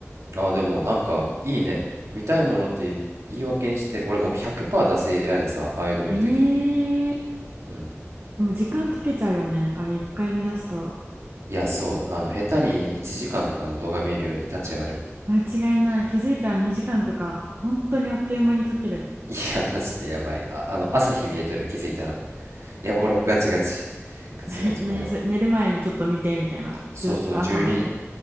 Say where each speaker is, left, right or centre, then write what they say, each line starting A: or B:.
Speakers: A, on the right; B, on the right.
A: あーでもなんかいいね見たいものって言い訳にして俺もう100%惰性やでさああいうの見るとき
B: えー、
A: うん
B: でも時間解けちゃうよね、あれ一回見出すと。
A: いやそうあの下手に1時間とかの動画見るより立ち悪
B: 間違いない、気づいたら2時間とか、本当にあっという間に解ける。
A: いいやマジでやばいあ、あの朝日見えとる気づいたらいや俺ガチガチガチガチこれは
B: <laughs> 何それ、寝る前にちょっと見てみたいな。
A: そうそう12
B: ずっと朝まで。